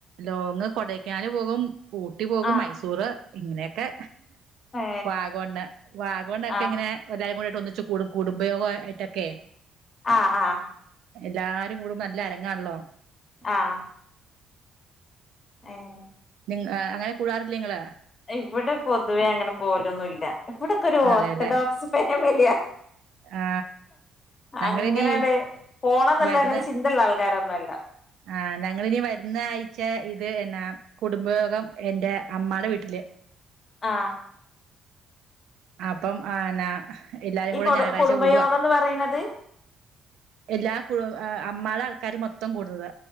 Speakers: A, on the right; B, on the left.
A: ലോങ് കൊടൈക്കനാൽ പോകും, ഊട്ടി പോകും,
B: ആഹ്
A: മൈസൂറ് ഇങ്ങനെയൊക്കെ.
B: ഏ
A: വാഗമൺ വാഗമൺ ഒക്കെ
B: ആഹ്
A: ഇങ്ങനെ എല്ലാരും കൂടെയിട്ട് ഒന്നിച്ച് കൂടും കുടുംബയോഗ ആയിട്ട് ഒക്കെയേ.
B: ആഹ് ആഹ്
A: എല്ലാരും കൂടുമ്പോൾ നല്ല അരങ്ങാണല്ലോ.
B: ആഹ് ഏഹ്
A: നിങ്ങ അങ്ങനെ കൂടാറില്ല നിങ്ങളെ?
B: ഇവിടെ പൊതുവേ അങ്ങനെ പോകലൊന്നുമില്ല, ഇവിടെ ഒക്കെ ഒരു
A: അതെല്ലെ
B: ഓർത്തഡോക്സ് ഫാമിലിയാ.
A: ആ ഞങ്ങളിനി
B: അങ്ങനയേണ്ടേ പോണയെന്നുള്ള
A: വരുന്ന
B: അങ്ങനെ ചിന്തയുള്ള ആൾക്കാർ ഒന്നുമല്ല.
A: ആഹ് ഞങ്ങൾ ഇനി വരുന്ന ആഴ്ച ഇത് എന്നാ. കുടുംബയോഗം എന്റെ അമ്മടെ വീട്ടില്.
B: ആഹ്
A: അപ്പം ആഹ് എന്നാ എല്ലാരും
B: ഈ
A: കൂടെ
B: കൊടു
A: ഞായറാഴ്ച
B: കുടുംബയോഗംന്ന്
A: കൂടുവാ.
B: പറയുന്നത്
A: എല്ലാ കുടും അമ്മടെ ആൾക്കാര് മൊത്തം കൂടുന്നത്,